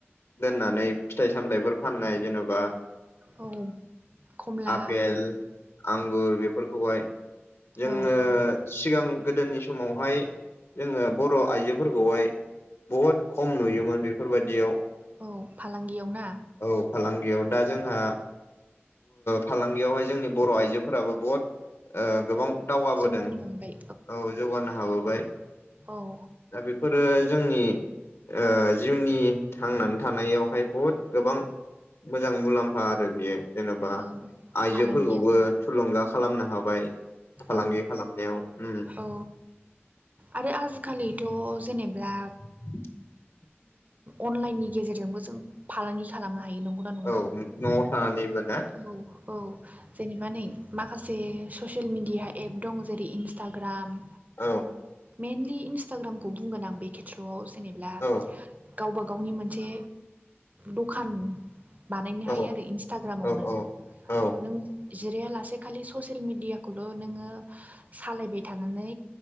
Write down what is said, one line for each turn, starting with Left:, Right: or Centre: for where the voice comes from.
Left: दोननानै फिथाइ सामथायाइफोर फाननाय जेन'बा
Right: औ कमला
Left: बेेल आंगुर बेफोरखौहाय जोङो
Right: औ
Left: सिगां गोदोनि समावहाय जोङो बर' आइजोफोरखौहाय बहुद खम नुयोमोन बेफोरबायदियाव
Right: औ फालांगियाव ना?
Left: औ फालांगियाव दा जोंहा फालांगियावहाय जोंनि बर' आइजोफोराबो बहुत ओ गोबां दावगाबोदों।
Right: जौगानो हमबाय
Left: औ जौगानो हाबोबाय
Right: औ
Left: दा बेफोरो जोंनि ओ जिउनि थांनानै थानायावहाय बहुद गोबां मोजां मुलाम्फा आरो बियो जेन'बा
Right: औ
Left: आइजोफोरखौबो
Right: फालांगिया
Left: थुलुंगा खालामनो हाबाय। फालांगि
Right: औ
Left: खालामनायाव उम
Right: औ आरो आजिखालिथ' जेनेब्ला
Left: <inaudible>
Right: अनलाइननि गेजेरजोंबो जों फालांगि खालामनो हायो। हायो नंगौना नङा
Left: औ न'आव थानानैबो ना
Right: औ औ जेनेबा नै माखासे ससियेल मिडिया एप दं जेरै इन्सटाग्राम
Left: औ।
Right: मेइनलि इन्स्टाग्रामखौ बुंगोन आं बे खेथ्रआव जेनेब्ला
Left: औ
Right: गावबा गावनि मोनसे द'खान बानायनो हायो
Left: औ
Right: आरो इन्सटाग्रामावनो
Left: औ औ
Right: नों जिराया लासे खालि ससियेल मिडियाखौ खौल नोङो सालायबाय थानानै